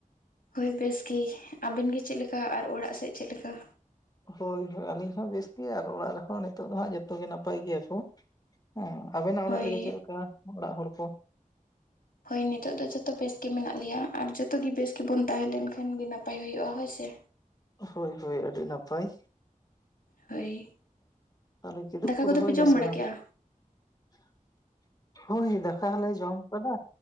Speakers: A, on the left (about 85°); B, on the left (about 25°).
A: ᱦᱳᱭ ᱵᱮᱥ ᱜᱮ ᱟᱵᱮᱱ ᱜᱮ ᱪᱮᱫ ᱞᱮᱠᱟ ᱟᱨ ᱚᱲᱟᱜ ᱥᱮᱫ ᱪᱮᱫ ᱞᱮᱠᱟ
B: ᱦᱳᱭ ᱦᱳᱭ ᱟᱹᱞᱤᱧ ᱦᱚᱸ ᱵᱮᱥ ᱜᱮᱮ ᱟᱨ ᱚᱲᱟᱜ ᱨᱮᱦᱚᱸ ᱱᱤᱛᱚᱜ ᱫᱚ ᱦᱟᱸᱜ ᱡᱚᱛᱚ ᱜᱮ ᱱᱟᱯᱟᱭ ᱜᱮᱭᱟ ᱠᱚ ᱦᱮᱸ ᱟᱵᱮᱱᱟᱜ
A: ᱦᱳᱭ
B: ᱚᱲᱟᱜ ᱨᱮᱜᱮ ᱪᱮᱫ ᱞᱮᱠᱟ ᱚᱲᱟᱜ ᱦᱚᱲ ᱠᱚ
A: ᱦᱳᱭ ᱱᱤᱛᱚᱜᱜ ᱫᱚ ᱡᱚᱛᱚ ᱵᱮᱥ ᱜᱮ ᱢᱮᱱᱟᱜ ᱞᱮᱭᱟ ᱟᱨ ᱡᱚᱛᱚ ᱜᱮ ᱵᱮᱥ ᱜᱮᱵᱚᱱ ᱛᱟᱦᱮᱸ ᱞᱮᱱ ᱠᱷᱟᱱ ᱜᱮ ᱱᱟᱯᱟᱭ ᱦᱩᱭᱩᱜᱼᱟ ᱦᱳᱭ ᱥᱮ
B: ᱦᱳᱭ ᱦᱳᱭ ᱟᱹᱰᱤ ᱱᱟᱯᱟᱭ
A: ᱦᱳᱭ
B: ᱛᱟᱦᱞᱮ ᱪᱮᱫᱩᱵ
A: ᱫᱟᱠᱟ
B: ᱠᱚᱫᱚ ᱦᱩᱭ
A: ᱯᱮ
B: ᱱᱟ
A: ᱡᱚᱢ
B: ᱥᱮ
A: ᱵᱟᱲᱟ
B: ᱵᱟᱝ
A: ᱠᱮᱜᱼᱟ
B: <inaudible> ᱦᱳᱭ ᱫᱟᱠᱟ ᱦᱚᱸᱞᱮ ᱡᱚᱢ ᱠᱟᱫᱟ